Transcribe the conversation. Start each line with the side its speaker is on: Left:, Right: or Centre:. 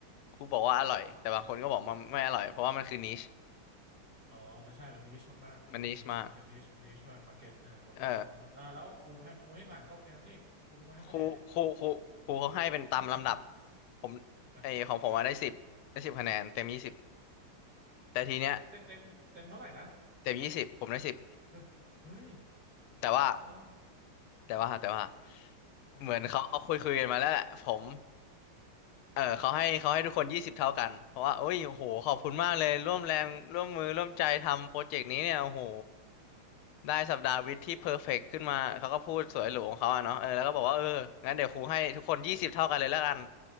Left: ครูบอกว่าอร่อยแต่บางคนก็บอกมันไม่อร่อยเพราะว่ามันคือนิช
Right: นะอ๋อไม่ใช่มันนิชมากๆถูกนิชมันเป็นนิชนิชมากมาเก็ตนะบางคนชอบไม่ชอบอ่าแล้วครูผ่านครูให้ผ่านก็โอเคแล้วนี่ครูเป็นคนให้คะแนนนี่
Left: มันนิชมากเออครูครูครูครูเขาให้เป็นตามลำดับ
Right: <laughs>
Left: ผม
Right: อ่ะ
Left: ไอของผมอะได้สิบได้สิบคะแนนเต็มยี่สิบแต่ทีเนี้ย
Right: เต็มเต็มเต็มเท่าไหร่นะ
Left: เต็มยี่สิบผมได้สิบ
Right: เออเฮ้ย
Left: แต่ว่า
Right: เหรอ
Left: แต่ว่าแต่ว่า
Right: อ่า
Left: เหมือนเขาเขาคุยคุยกันมาแล้วแหละผม เออเขาให้เขาให้ทุกคนยี่สิบเท่ากันเพราะว่าโอ้ยโอ้โหขอบคุณมากเลยร่วมแรงร่วมมือร่วมใจทำโปรเจกต์นี้เนี่ยโอ้โห
Right: ผมว่าไง
Left: ได้สัปดาห์วิทย์ที่เพอร์เฟกต์ขึ้นมาเขาก็พูดสวยหรูของเขาอะเนาะเออแล้วก็บอกว่าเอองั้นเดี๋ยวครูให้ทุกคนยี่สิบเท่ากันเลยแล้วกัน